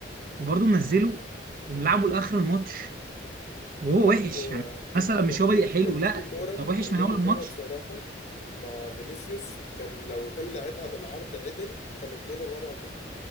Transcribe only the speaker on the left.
لا
لا هو-
وكان
في
كان
ليكو كورة
كان
ليكو
كورة بصراحة مع فينيسيوس كان لو كان لعبها بالعرض عدل كان الجون الرابع جه